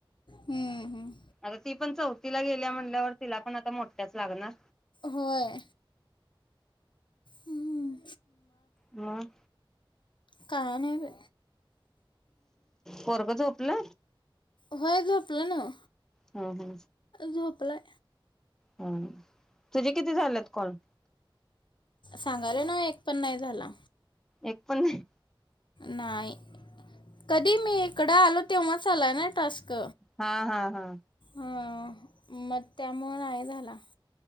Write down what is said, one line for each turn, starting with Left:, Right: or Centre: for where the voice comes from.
Left: हम्म हम्म
Centre: आता ती पण चौथीला गेलीया म्हणल्यावर तिला पण आता मोठ्याच लागणार
Left: होय हम्म.
Centre: मग
Left: काय नाय बाय
Centre: पोरग झोपलं
Left: व्हय झोप तुला ना
Centre: हा हो
Left: झोपलाय
Centre: हां तुझे किती झाल्यात कॉल?
Left: सांगायलोय ना एक पण नाय झाला
Centre: एक पण नाही
Left: नाही कधी मी इकडं आलो तेव्हाच आलाय नाय टास्क
Centre: हां हां हां
Left: हा मग त्यामुळ नाही झाला.